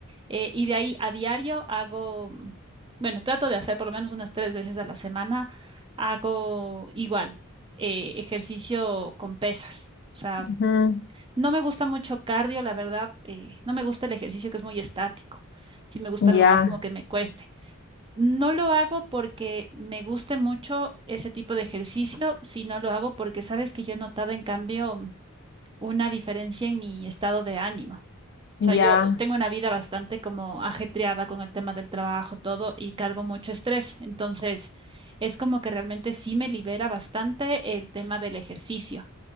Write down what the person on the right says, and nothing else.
eh, y de ahí a diario hago, mm, bueno, trato de hacer por lo menos unas tres veces a la semana, hago igual, eh, ejercicio con pesas. O sea,
no me gusta mucho cardio, la verdad, eh, no me gusta el ejercicio que es muy estático. Sí me gusta algo
más como que me cueste. No lo hago porque me guste mucho ese tipo de ejercicio, sino lo hago porque sabes que yo he notado en cambio una diferencia en mi estado de ánimo. O sea,
yo tengo una vida bastante como ajetreada con el tema del trabajo, todo, y cargo mucho estrés. Entonces, es como que realmente sí me libera bastante el tema del ejercicio.